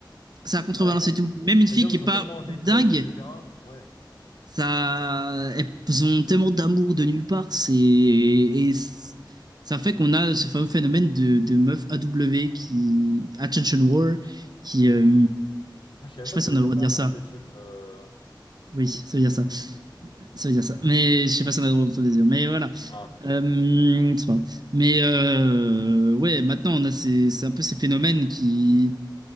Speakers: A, on the right; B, on the left.
A: ça a contrebalancé
B: ouais,
A: tout. Même une
B: des
A: fille
B: gens
A: qui
B: qui
A: est
B: sont
A: pas
B: tellement en détresse,
A: dingue,
B: etc. Ouais.
A: ça, elles ont tellement d'amour de nulle part, c'est et c- ça fait qu'on a ce fameux phénomène de, de meuf AW qui attention whore qui euh,
B: Ah, je savais
A: je
B: même pas
A: sais pas
B: que
A: si
B: ça veut
A: on a
B: dire
A: le droit
B: ça.
A: de dire ça.
B: Attention. euh,
A: Oui, ça
B: je crois
A: veut
B: que
A: dire ça. Ça veut
B: Ok.
A: dire ça. Mais je sais pas si on a le droit de le dire. Mais voilà.
B: Ah.
A: Euh, c'est pas. grave. Mais euh, ouais, maintenant on a ces, c'est un peu ces phénomènes qui